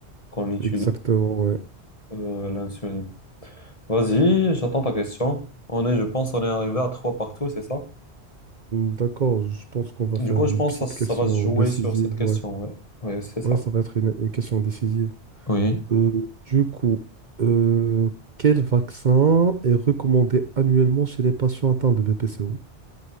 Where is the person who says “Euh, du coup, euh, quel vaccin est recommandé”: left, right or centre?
Right